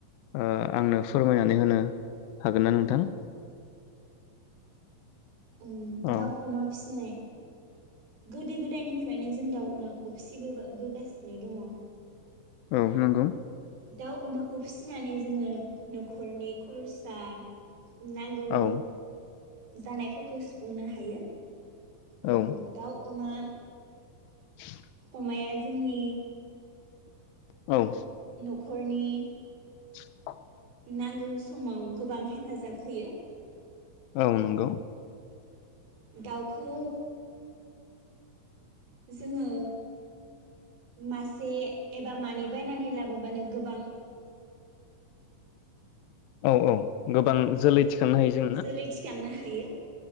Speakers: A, on the left; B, on the right.
A: ओ आंनो फोरमायनानै होनो हागोन ना नोंथां
B: उम
A: औ
B: दाउ अमा फिसिनाय गोदो गोदायनिफ्रायनो जों दाउ अमाखौ फिसिबोबा बोगासिनो दङ।
A: औ नोंगौ
B: दाउ अमाखौ फिसिनानै जोङो न'खरनि खरसा नांगौ
A: औ
B: जानायफोरखौ सुफुंनो हायो। उम
A: औ
B: दाउ, अमा
A: <unintelligible>
B: अमाया जोंनि
A: औ
B: न'खरनि
A: <inaudible>
B: नांगौ समाव गोबां हेफाजाब होयो
A: औ नंगौ
B: दाउखौ जोङो मासे एबा मानै बायनानै लाबोबानो गोबां
A: औ औ गोबां जोलै थिखांनो हायो जों ना
B: जोलै थिखांनो हायो।